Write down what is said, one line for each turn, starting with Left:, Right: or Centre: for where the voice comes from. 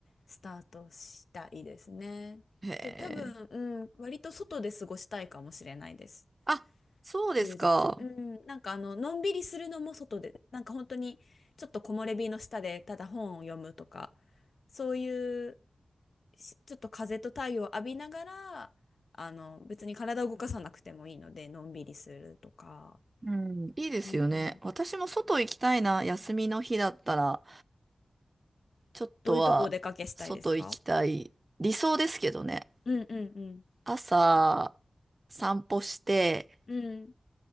Left: スタートしたいですね。
Right: へえ。
Left: で、多分、うん、割と外で過ごしたいかもしれないです。
Right: あ、そうですか。
Left: 休日。うん、なんかあの、のんびりするのも外で、なんか本当に、ちょっと木漏れ日の下で、ただ本を読むとか、そういう、しちょっと風と太陽を浴びながら、あの、別に体を動かさなくてもいいので、のんびりするとか。
Right: うん、いいですよね。
Left: うん
Right: 私も外行きたいな、休みの日だったら。ちょっとは外行きたい。
Left: どういうとこお出かけしたいですか
Right: 理想ですけどね。
Left: うんうんうん。
Right: 朝散歩して
Left: うん。